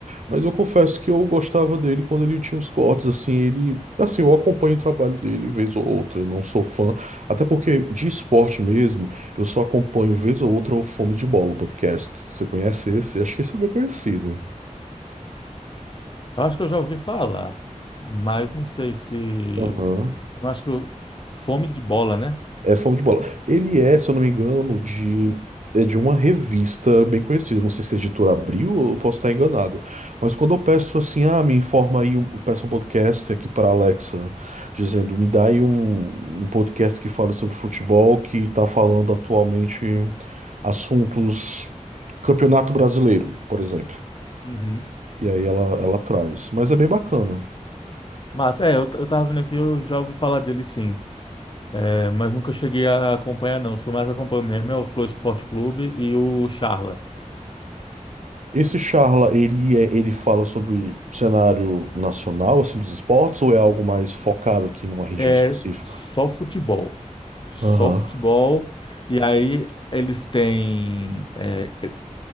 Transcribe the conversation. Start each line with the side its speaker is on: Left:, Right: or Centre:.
Right: Mas eu confesso que eu gostava dele quando ele tinha os cortes, assim, ele, assim, eu acompanho o trabalho dele vez ou outra, eu não sou fã, até porque de esporte mesmo, eu só acompanho vez ou outra o Fome de Bola, o podcast. Você conhece esse? Acho que esse é bem conhecido.
Left: Eu acho que eu já ouvi falar, mas não sei se.
Right: Aham.
Left: Não acho que eu... Fome de bola, né?
Right: É Fome de Bola. Ele é, se eu não me engano, de, é de uma revista bem conhecida. Não sei se a editora Abril, eu posso estar enganado. Mas quando eu peço assim, ah, me informa aí, um, eu peço um podcast aqui para a Alexa, dizendo, me dá aí um, um podcast que fala sobre futebol, que está falando atualmente assuntos Campeonato Brasileiro, por exemplo.
Left: Uhum.
Right: E aí ela, ela traz. Mas é bem bacana.
Left: Mas é, eu, t- eu tava vendo aqui, eu já ouvi falar dele sim. É, mas nunca cheguei a acompanhar, não. Os que eu mais acompanho mesmo é o Flow Esporte Clube e o Charla.
Right: Esse Charla, ele é, ele fala sobre cenário nacional, assim, dos esportes, ou é algo mais focado aqui numa região
Left: É
Right: específica?
Left: só futebol. Só
Right: Aham.
Left: futebol. E aí eles têm. é, é-